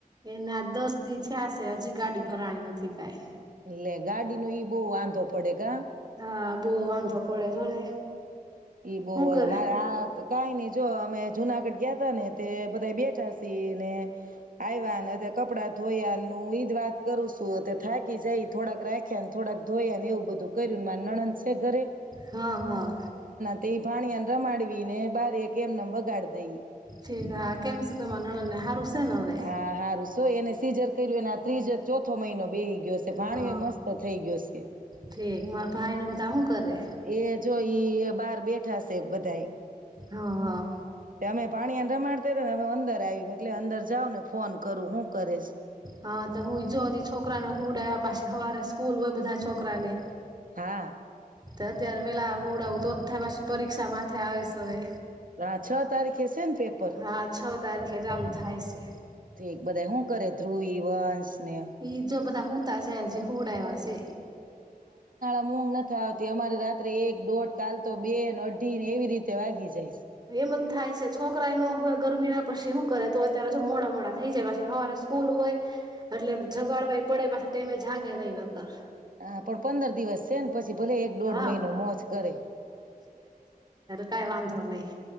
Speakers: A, on the right; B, on the right.
A: એના દસ દી થયાસે હજી ગાડી ભરાણી નથી કાઈ.
B: લે ગાડીનો ઈ બહુ વાંધો પડે કા?
A: હા બોવ વાંધો પડે જોને?
B: ઈ બોવ
A: શું કરે
B: અલા મારે આ કાઈ નઈ જો અમે જુનાગઢ ગયા તા ને તે બધા બેઠા શી ને આયવા ને કપડા ધોયાનું ઈ જ વાત કરું છું તે થાકી જાય થોડાક રાખ્યા થોડાક ધોયા ને એવું બધું કર્યું મા નણંદ શે ઘરે
A: હા હા
B: તે ભાણીયાન રમાડવી ને બારી એ કેમને એમનમ વગાડ દઈ
A: ઠીક હા કેમ શું તમાર નણંદને હારું છે ને હવે
B: હ હા હારુ સ એને સીઝર કયરુ ને આ ત્રીજ ચોથ થો મહિનો બેહી ગયો છે ભાણીયો
A: હા
B: ય મસ્ત થઈ ગયો છે.
A: ઠીક મારા ભાઈ ને બધા હું કરે
B: એ જોય ઈ બહાર બેઠા શે બધાય.
A: હા હા.
B: અમે પાણીયાને રમાડતા હતા ને અ અંદર આવ્યું એટલે અંદર જાાવ ને ફોન કરું હું કરેશ
A: હા તો હું ઈ જો છોકરાને હું ઉડાવ્યા પાછી સવારે સ્કૂલ હોય બધા છોકરા ને
B: હા
A: તે અત્યારે પેલા હોડા તો જ થાય પછી પરીક્ષા માથે આવે છે હવે
B: હા છ તારીખે છેેન પેપર
A: હા છ તારીખે ચાલુ થાય છે.
B: ઠીક બધા શું કરે ધ્રુવી, વંશ ને
A: એ જો બધા હુતાશે હજી હુડા એવા છે
B: ઉઘ નથી આવતી અમારે રાત્રે એક દોઢ કાલ તો બે અઢી ને એવી રીતે તે વાદી જાય છે
A: <inaudible> થાય છે છોકરા ન હોય ગરમી ના પછી શું કરે તો અત્યારે મોડા મોડા થઈ જાય પાછી સવારે સ્કૂલ હોય એટલે જગાડવા પડે પાછ ટમે જાગે નહીં વગર
B: હા પણ પંદર દિવસ છે ને પછી ભલે એક દોઢ
A: હા
B: મહિનો મોજ કરે
A: કઈ વાંધો નહીં